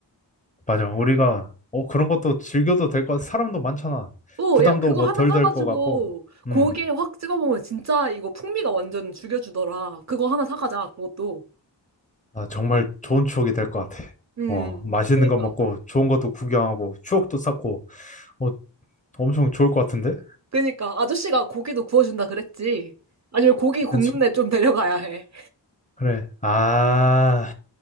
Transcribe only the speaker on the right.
어,
야, 그거
하나
사가지고,
고기에 확 찍어 먹으면 진짜 이거 풍미가 완전 죽여주더라. 그거 하나 사가자, 그것도.
음,
그니까.
그니까 아저씨가 고기도 구워준다 그랬지. 아니면 고기
굽는
데 좀 데려가야 해.